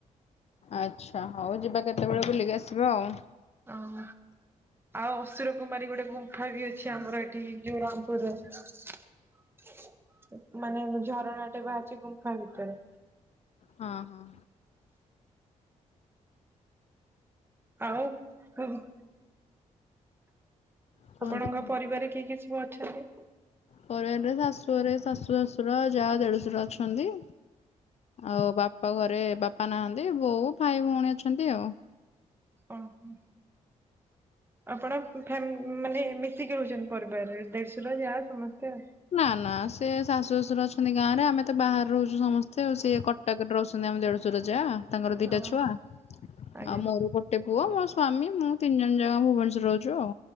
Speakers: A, on the left (about 50°); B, on the right (about 15°).
A: ଆଚ୍ଛା ହଉ ଯିବା କେତେବେଳେ ବୁଲିକି ଆସିବା ଆଉ।
B: ଆଉ ଆଉ ଅସୁର କୁମାରୀ ଗୋଟେ ଗୁମ୍ଫା ବି ଅଛି ଆମର ଏଠି ଜୋଉରାମପୁରରେ। ମାନେ ଝରଣା ଟେ ବାହାରିଚି ଗୁମ୍ଫା ଭିତରୁ।
A: ହଁ ହଁ।
B: ଆଉ ହୁଁ।
A: କୁହନ୍ତୁ
B: ଆପଣଙ୍କ
A: କୁହନ୍ତୁ।
B: ପରିବାରେ କିଏ କିଏ ସବୁ ଅଛନ୍ତି?
A: ପରିବାରରେ ଶାଶୁଘରେ ଶାଶୁ ଶଶୁର ଯା ଦେଢଶୁର ଅଛନ୍ତି। ଆଉ ବାପ ଘରେ ବାପା ନାହାନ୍ତି ବୋଉ ଭାଇ ଭଉଣୀ ଅଛନ୍ତି ଆଉ।
B: ଅ ହ। ଆପଣ ଫ୍ୟା ମାନେ ମିଶିକି ରହୁଛନ୍ତି ପରିବାରରେ ଦେଢଶୁର ଯା ସମସ୍ତେ ଆଉ।
A: ନା ନା ସେ ଶାଶୁ ଶଶୁର ଅଛନ୍ତି ଗାଁରେ ଆମେ ତ ବାହାରେ ରହୁଛୁ ସମସ୍ତେ ଆଉ ସିଏ କଟାକରେ ରହୁ ଛନ୍ତି, ଆମ ଦେଢଶର ଯା ତାଙ୍କର ଦିଟା
B: ଓ
A: ଛୁଆ ଆଉ
B: ଆଜ୍ଞା
A: ମୋର ଗୋ ଟେ ପୁଅ ମୋ ସ୍ଵାମୀ ମୁଁ ତିନି ଜଣ ଯାକ ଭୁବନେଶର ରେ ରହୁଚୁ ଆଉ।